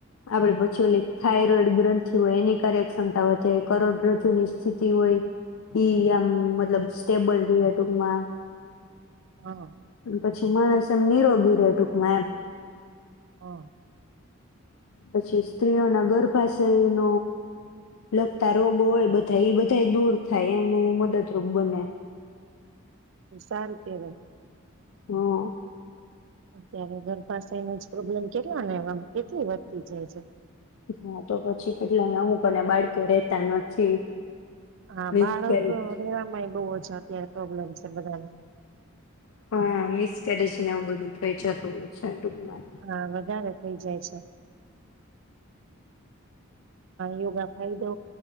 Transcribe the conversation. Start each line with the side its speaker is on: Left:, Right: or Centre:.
Left: આપણે પછી ઓલી થાયરોઈડ ગ્રંથિ હોય એની કાર્યક્ષમતા વધે કરોડરજુની સ્થિતિ હોય ઈ આમ મતલબ સ્ટેબલ ર ટૂકમાં
Right: હા.
Left: અને પછી માણસ એમ નિરોગી રહે ટૂકમાં એમ
Right: હા.
Left: પછી સ્ત્રીઓના ગર્ભાશય ન લગતા રોગો હોય બધા એ બધા દૂર થાય એને મદદરૂપ બને.
Right: વિસાન કે
Left: હા.
Right: અત્યારે ઘર પાાસનો જ પ્રોબ્લેમ કેટલા એ કેટલી વધતી જાય છે.
Left: હા તો પછી કેટલા અમુક અને બાળકો રેતા નથી.
Right: હા
Left: મિસકેરેજ
Right: બાળક રેવાવામાંય બહ જ અત્યારે પ્રોબ્લેમ છે બધાને
Left: હા મિસ કરરેજ ને આવવું બધું થઈ જતું હોય છે. ટૂંકમાં
Right: હા વધારે થઈ જાય છે. યોગા ફાયદો